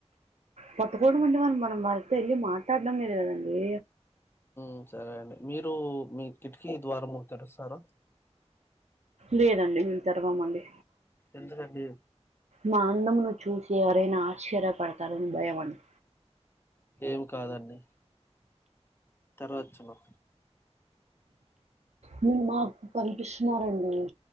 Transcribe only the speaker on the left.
మ్ సరే అండి మీరూ మీ కిటికీ ద్వారం తెరుస్తార
ఎందుకండీ
ఏం కాదండి తెరవచ్చును